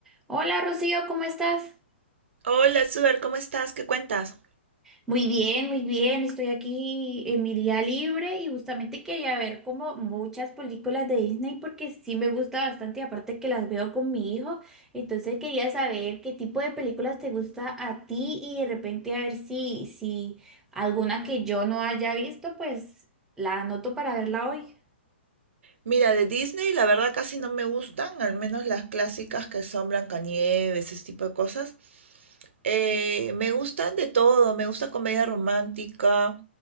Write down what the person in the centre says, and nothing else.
Hola Rocío, ¿cómo estás?
Muy bien, muy bien. Estoy aquí en mi día libre y justamente quería ver como muchas películas de Disney porque sí me gusta bastante y aparte que las veo con mi hijo. Entonces quería saber qué tipo de películas te gusta a ti y de repente a ver si, si alguna que yo no haya visto, pues la anoto para verla hoy.